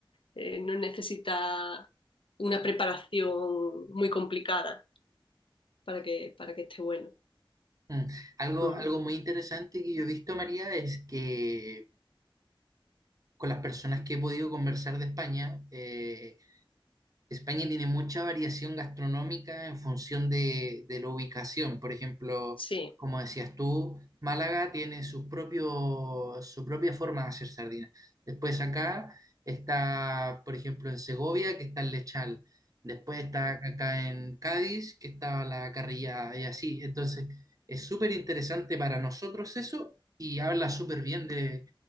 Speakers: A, on the left; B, on the right.
A: eh, no necesita una preparación muy complicada para que, para que esté bueno.
B: Mm. Algo,
A: Mm,
B: algo muy interesante que yo he visto, María, es que con las personas que he podido conversar de España, eh, España tiene mucha variación gastronómica en función de, de la ubicación. Por ejemplo,
A: sí.
B: como decías tú, Málaga tiene su propio, su propia forma de hacer sardina. Después acá está, por ejemplo, en Segovia, que está el lechal. Después está acá en Cádiz, que está la carrilla y así. Entonces, es súper interesante para nosotros eso y habla súper bien de,